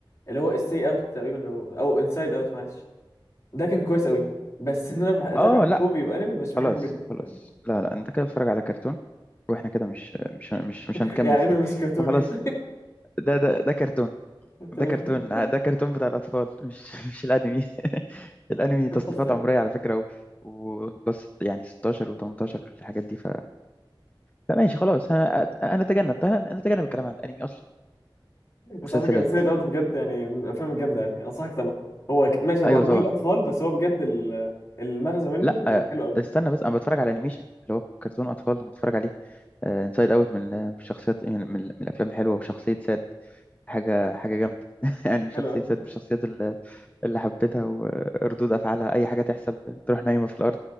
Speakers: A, on the left; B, on the left.
A: اللي هو ستي اوت تقريبا او انسايد اوت معلش ده كان كويس قوي بس ان انا بح- اتابع
B: اه لا
A: كوري وانمي مش بحبه
B: خلاص
A: جدا
B: خلاص
A: <laughs>
B: لا لا انت كده بتتفرج على كرتون واحنا كده مش مش مش مش
A: يعني
B: هنكمل في
A: انمي
B: دي
A: مش كرتون
B: فخلاص
A: يعني
B: ده ده ده كرتون
A: <laughs>
B: ده
A: تمام
B: كرتون آه، ده كرتون بتاع الأطفال مش <laughs> مش الأنمي <laughs> الأنمي تصنيفات
A: بس
B: عمرية على فكرة و- وبس يعني 16 و18 والحاجات دي ف... فماشي خلاص أنا أنا أتجنب أنا أنا أتجنب الكلام عن الأنمي أصلا
A: بس
B: مسلسلات
A: على فكره سايد اوت بجد يعني من الافلام الجامده يعني انصحك طبعا هو ك- ماشي هو
B: أيوه
A: معمول
B: طبعا
A: للاطفال بس هو بجد ال- المغزى منه
B: لا
A: كان
B: آه،
A: حلو قوي
B: استنى بس أنا بتفرج على أنيميشن اللي هو كرتون أطفال أنا بتفرج عليه انسايد أوت من آه، شخصيات من, من, من الأفلام الحلوة وشخصية ساد حاجة حاجة جامدة <laughs> يعني شخصية
A: حلو قوي
B: ساد من الشخصيات اللي, اللي حبيتها وردود أفعالها أي حاجة تحصل تروح نايمة في الأرض